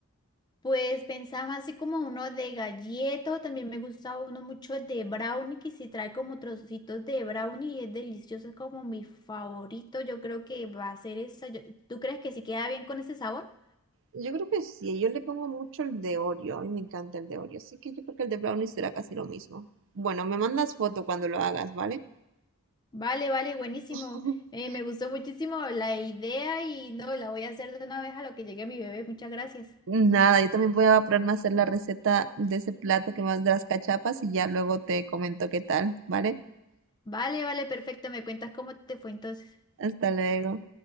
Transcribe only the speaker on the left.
Pues pensaba así como uno de galleta, o también me gusta uno mucho de brownie, que si trae como trocitos de brownie y es delicioso, es como mi favorito. Yo creo que va a ser esa. Yo- ¿Tú crees que si queda bien con ese sabor?
Vale, vale, buenísimo.
Eh, me gustó muchísimo la idea y no, la voy a hacer de una vez a lo que llegue mi bebé. Muchas gracias.
Vale, vale, perfecto. Me cuentas cómo te fue entonces.